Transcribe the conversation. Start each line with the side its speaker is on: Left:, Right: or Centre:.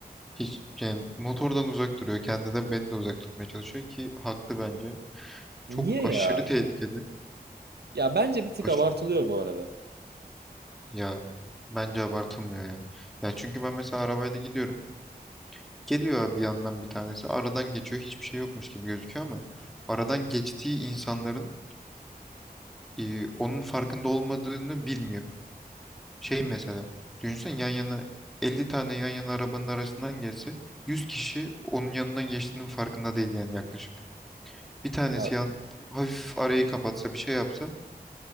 Centre: Hiç yani motordan uzak duruyor. Kendi de beni de uzak tutmaya çalışıyor ki haklı bence.
Right: Niye
Centre: Çok aşırı
Right: ya?
Centre: tehlikeli.
Right: Ya bence bir tık
Centre: Aş-
Right: abartılıyor bu arada.
Centre: ya bence abartılmıyor ya. Ya çünkü ben mesela arabayla gidiyorum. Geliyor abi yandan bir tanesi. Aradan geçiyor. Hiçbir şey yokmuş gibi gözüküyor ama aradan geçtiği insanların e, onun farkında olmadığını bilmiyor. Şey mesela düşünsen yan yana 50 tane yan yana arabanın arasından geçse 100 kişi onun yanından geçtiğinin farkında değil yani yaklaşık. Bir tanesi
Right: Ya
Centre: yan hafif arayı kapatsa bir şey yapsa